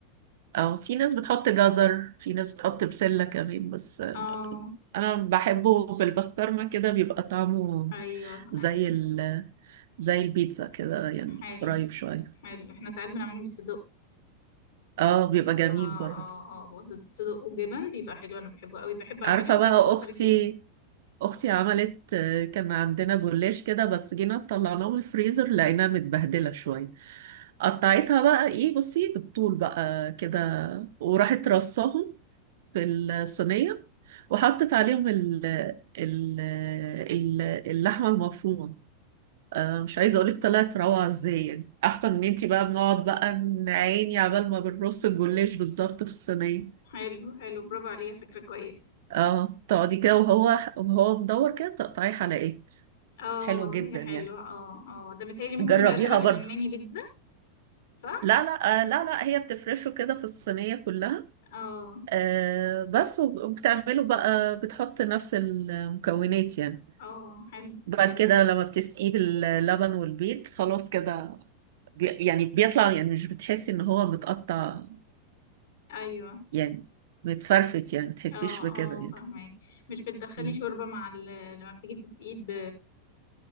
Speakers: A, on the right; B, on the left.
A: أو في ناس بتحط جزر في ناس بتحط بسلة كمان بس
B: اه
A: أنا بحبه بالبسطرمة كده بيبقى طعمه
B: ايوه
A: زي
B: ايوه
A: ال زي البيتزا كده يعني
B: حلو
A: قريب شوية
B: حلو احنا ساعات بنعمله بالصدق
A: اه بيبقى جميل
B: اه اه
A: برضه
B: اه بص صدق وجبن بيبقى حلو انا بحبه قوي بحب اعمله
A: عارفة
B: وبس
A: بقى
B: اكتر
A: أختي
B: الجبن
A: أختي عملت آه، كان عندنا جلاش كده بس جينا طلعناه من الفريزر لقيناها متبهدلة شوية قطعتها بقى ايه بصي بالطول بقى كده وراحت رصاهم في الصينية وحطت عليهم ال ال ال- اللحمة المفرومة آه، مش عايزه اقولك طلعت روعه ازاي يعني احسن من انتي بقى بنقعد بقى نعاني عبال ما بنرص الجلاش بالظبط في الصينيه
B: حلو حلو برافو عليها فكرة كويسة
A: اه تقعدي كده وهو وهو مدور كده تقطعي حلقات
B: اه
A: حلو
B: والله
A: جدا
B: يا حلو
A: يعني
B: اه اه ده متهيألي ممكن
A: جربيها
B: يبقى شبه الميني
A: برضه
B: بيتزا صح
A: لا لا آه لا لا هي بتفرشه كده في الصينيه كلها
B: اه
A: آه بس وب- وبتعمله بقى بتحط نفس المكونات يعني
B: اه حلو
A: بعد
B: حلو
A: كده لما بتسقيه باللبن والبيض خلاص كده بي- يعني بيطلع يعني مش بتحسي ان هو متقطع
B: ايوه
A: يعني متفرفت يعني متحسيش
B: اه
A: بكده
B: اه
A: يعني
B: فاهمك مش بتدخلي
A: مم.
B: شوربة مع ال... لما بتيجي تسقيه ب...